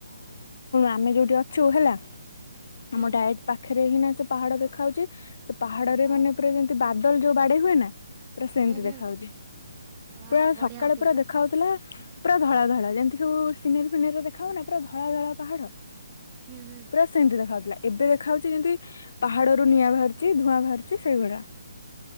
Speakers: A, on the left; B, on the right.
A: ଆମେ ଯୋଉଠି ଅଛୁ ହେଲା
B: ହୁଁ
A: ଆମ ଡାଏଡ଼ ପାଖରେ ହିଁ ନା ସେ ପାହାଡ ଦେଖା ହୋଉଚି ସେ ପାହାଡରେ
B: ହଁ
A: ମାନେ ପୁରା ଯେମିତି ବାଦଲ ଯୋଉ ବାଡେଇ ହୁଏନା। ପୁରା ସେମିତି
B: ହୁଁ ହୁଁ।
A: ଦେଖାହଉଛି।
B: ବା
A: ପୁରା
B: ବଢିଆ
A: ସକାଳେ
B: ହଉଥିବ
A: ପୁରା
B: ତ।
A: ଦେଖା ହଉଥିଲା ପୁରା ଧଳା ଧଳା ଯେମିତି ଯୋଉ ସିନେରି ଫିନେରି ରେ ଦେଖା ହୋଉନି ନା ପୁରା ଧଳା ଧଳା ପାହାଡ।
B: ହୁଁ ହୁଁ।
A: ପୁରା ସେମିତି ଦେଖାହୋଉଥିଲା ଏବେ ଦେଖାହେଉଛି ଯେମିତି ପାହାଡ଼ରୁ ନିଆଁ ବାହାରୁଚି ଧୂଆଁ ବାହାରୁଚି ସେଇଭଳିଆ।